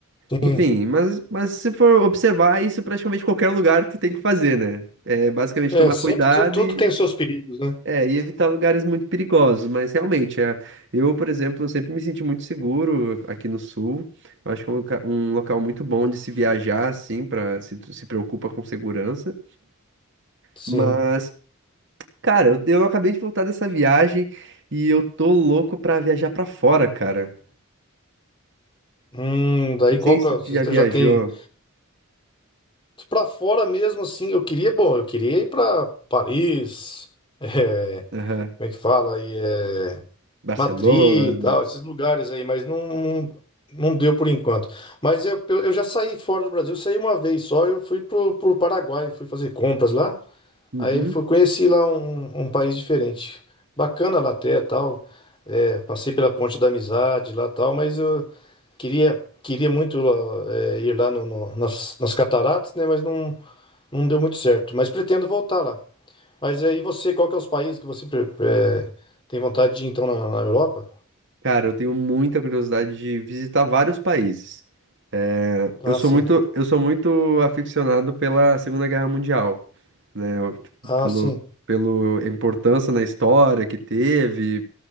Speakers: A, on the left; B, on the right.
A: Sim.
B: Enfim, mas, mas se for observar, isso é praticamente qualquer lugar tu tem que fazer, né? É basicamente
A: É,
B: tomar
A: sempre
B: cuidado
A: tu- tudo
B: e,
A: tem os seus perigos, né?
B: é, e evitar lugares muito perigosos. Mas realmente, é, eu, por exemplo, eu sempre me senti muito seguro aqui no sul. Eu acho que é um, loca- um local muito bom de se viajar, assim, para se tu se preocupa com segurança.
A: Sim.
B: Mas, cara, eu, eu acabei de voltar dessa viagem e eu tô louco pra viajar pra fora, cara.
A: Hum, daí
B: Não
A: qual
B: sei se
A: que é- você
B: tu já viajou.
A: já tem. Pra fora mesmo, assim, eu queria, bom, eu queria ir pra Paris, <laughs> é,
B: Aham.
A: como é que fala aí, é,
B: Barcelona.
A: Madrid e tal, esses lugares aí, mas não, não deu por enquanto. Mas eu, eu já saí fora do Brasil, saí uma vez só, eu fui pro, pro Paraguai, fui fazer compras lá,
B: Uhum.
A: aí fui, conheci lá um, um país diferente. Bacana lá até, tal, é, passei pela Ponte da Amizade lá, tal, mas eu queria, queria muito lá, é, ir lá no, no- nas, nas cataratas, né, mas não não deu muito certo, mas pretendo voltar lá. Mas aí você, qual que é os países que você pre- eh, tem vontade de ir, então, na, na Europa?
B: Cara, eu tenho muita curiosidade de visitar vários países. É,
A: Ah,
B: Eu sou
A: sim.
B: muito, eu sou muito aficionado pela Segunda Guerra Mundial, né? Eu, tipo,
A: Ah,
B: Pelo,
A: sim.
B: pelo a importância na história que teve,